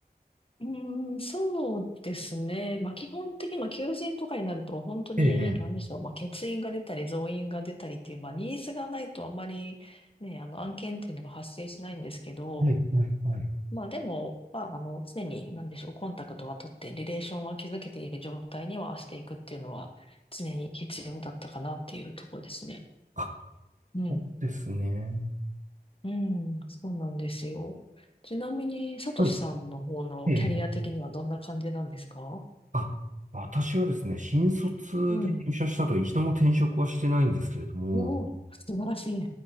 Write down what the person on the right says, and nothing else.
ええ、
ええはい、はい、はい。
あ、
ですね。
はい。ええあ、私はですね、新卒で入社したと一度も転職はしてないんですけれども、